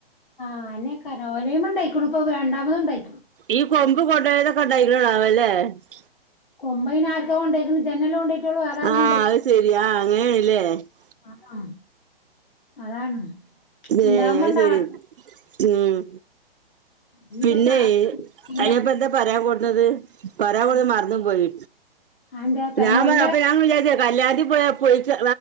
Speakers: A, on the left; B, on the right.
A: ആ അന്നേക്കാരം ഓലേമെ ണ്ടായിക്കുണുപ്പൊ രണ്ടാമതുണ്ടായിക്കുണു.
B: ഈ കൊമ്പ് കൊണ്ടോയതൊക്കെ ണ്ടയ്ക്കുണോ <unintelligible>
A: കൊമ്പൈനാര്ക്കാ കൊണ്ടയ്ക്ക്ണ് ഇജന്നെല്ലേ കൊണ്ടോയ്ട്ടുള്ളൂ വേറാരും
B: ആ
A: <unintelligible>
B: <unintelligible>
A: അ ആ അതാണ്.
B: ഏ
A: ഇണ്ടാവുമ്പോ
B: അത്
A: ഇണ്ടാവട്ടെ
B: ശെരി ഉം.
A: ഇഞ്ഞിപ്പൊ
B: ഇല്ലെയ്
A: അറീല്ല
B: അയിന്പ്പന്താ പറയാൻ കൊട്ന്നത്. പറയാ കൊട്ന്നത്
A: ആഹ്
B: മറനും പോയി
A: അതെന്തേ ഫെനോയിലിന്റെ
B: ഞാ അപ്പ ഞാ വിചാരിച്ച കല്യാണതി പോയാ കുളിച്ച്